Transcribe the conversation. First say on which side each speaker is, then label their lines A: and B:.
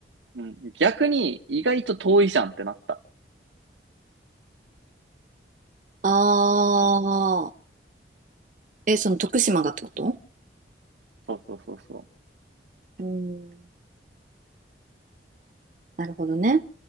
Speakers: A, on the right; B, on the right.
A: うん、逆に意外と遠いじゃんってなった。
B: あ
A: うん
B: ー、え、その徳島がってこと
A: そうそうそうそう。
B: うーん、なるほどね。